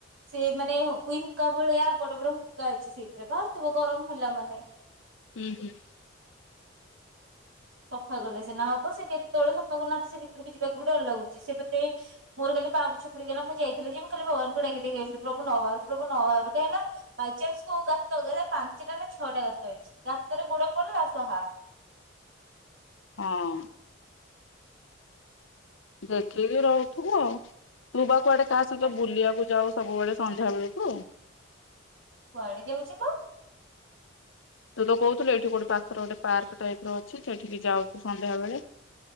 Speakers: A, on the right (about 75°); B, on the left (about 70°).
A: ସେମାନେ ଉଇ ହୁଙ୍କା ଭଳିଆ ବଡ ବଡ ହୁଙ୍କା ଅଛି ସେଇଥିରେ ବାହାରୁଥିବ ଗରମ ହେଲା ମାନେ ହ
B: ହୁଁ ହୁଁ
A: ସଫାକଲେ ସିନା ହବ ସେ କେତେବେଳେ ସଫା କରୁନାହାନ୍ତି ସେ ଭିତରକୁ ଯିବାକୁ ବି ଡର ଲାଗୁଛି ସେପଟେ ମୋର ଖାଲି ପାପୋଚ୍ଛ ପଡିଗଲା ମୁଁ ଯାଇଥିଲି ଯେ ମୁଁ ଖାଲି ଭଗବାନଙ୍କୁ ଡାକି ଡାକି ଆସିଲି ପ୍ରଭୁ ନ ବାହାରୁ ପ୍ରଭୁ ନ ବାହାରୁ କାହିଁକି ନା ବାଇଚାନ୍ସ କୋଉ ଗାତ ପାଞ୍ଚଟା ନା ଛଅଟା ଗାତ ଅଛି ଗାତରେ ଗୋଡ ପଡିଲା ସ୍ଵାହା
B: ହଁ ଦେଖିକି ରହୁଥିବୁ ଆଉ ତୁ ବା କୁଆଡେ ତା ସହିତ
A: ଉଃ
B: ବୁଲିବାକୁ ଯାଉ ସବୁବେଳେ ସନ୍ଧ୍ୟା ବେଳକୁ
A: କୁଆଡେ ଯାଉଛି ବା
B: ତୁ ତ କହୁଥିଲୁ ଏଇଠି କୋଉଠି ପାଖରେ ଗୋଟେ ପାର୍କ ଟାଇପ ର ଅଛି ସେଠିକି ଯାଉଛୁ ସନ୍ଧ୍ୟାବେେଳେ